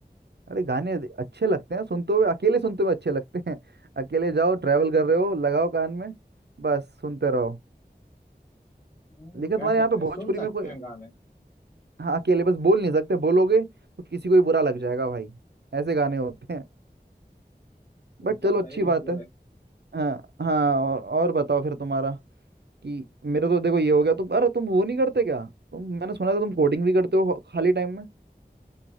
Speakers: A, on the right; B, on the left.
A: अरे गाने अच्छे लगते हैं सुनते हुए अकेले सुनते हुए अच्छे लगते हैं <laughs> अकेले जाओ ट्रैवल कर रहे हो लगाओ कान में बस सुनते रहो
B: हम्म,
A: लेकिन
B: कह
A: तुम्हारे
B: सकते
A: यहाँ पे
B: हैं सुन
A: भोजपुरी
B: सकते
A: में कोई
B: हैं गाने
A: हाँ अकेले बस बोल नहीं सकते बोलोगे तो किसी को भी बुरा लग जाएगा भाई ऐसे गाने होते हैं
B: कुछ
A: बट
B: ज्यादा
A: चलो अच्छी
B: ही
A: बात
B: बुरे
A: है हाँ हाँ और, और बताओ फिर तुम्हारा कि मेरा तो देखो ये हो गया तुम अरे तुम वो नहीं करते क्या तुम मैंने सुना था तुम कोडिंग भी करते हो खाली टाइम में